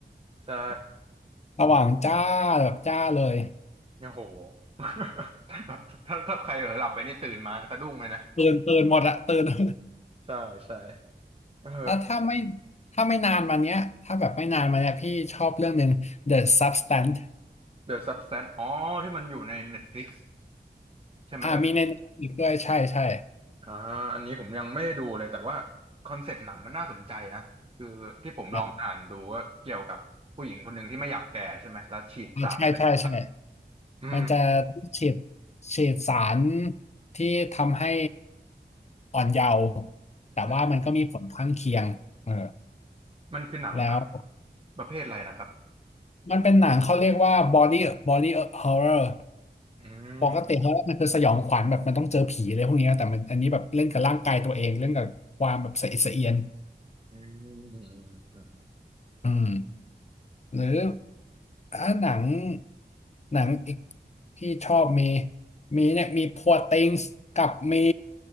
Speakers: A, on the right; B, on the left.
A: ใช่
B: ระหว่างจ้าแบบจ้าเลย
A: โอ้โห <laughs> แบบถ้าถ้าใครเผลอหลับไปนี่ตื่นมาสะดุ้งเลยนะ
B: ตื่นตื่นหมดอะตื่น <laughs>
A: ใช่ใช่เออ
B: แล้วถ้าไม่ถ้าไม่นานมาเนี้ยถ้าแบบไม่นานมาเนี้ยพี่ชอบเรื่องหนึ่ง The Substance
A: The Substance อ๋อที่มันอยู่ใน Netflix ใช่ไหม
B: อ่ามีใน Netflix ด้วยใช่ใช่
A: อ่าอันนี้ผมยังไม่ได้ดูเลยแต่ว่าคอนเซปต์หนังมันน่าสนใจนะคือที่ผมลองอ่านดูว่าเกี่ยวกับผู้หญิงคนหนึ่งที่ไม่อยากแก่ใช่ไหมแล้วฉีดสารอะไรเข้าไป
B: อ่าใช่ใช่ใช่
A: อืม
B: มันจะฉีดฉีดสารที่ทำให้อ่อนเยาว์แต่ว่ามันก็มีผลข้างเคียงเออ
A: อืมมันคือหนังแบบ
B: แล้ว
A: ประเภทอะไรนะครับ
B: มันเป็นหนังเขาเรียกว่า body body horror
A: อืม
B: ปกติเขามันคือสยองขวัญแบบมันต้องเจอผีอะไรพวกเนี้ยแต่มันอันนี้แบบเล่นกับร่างกายตัวเอง เล่นกับความแบบสะอิดสะเอียน
A: อืมอืมอืมอืม
B: อืมหรืออ่าหนังหนังอีกที่ชอบมีมีเนี่ยมี Poor Things กับมี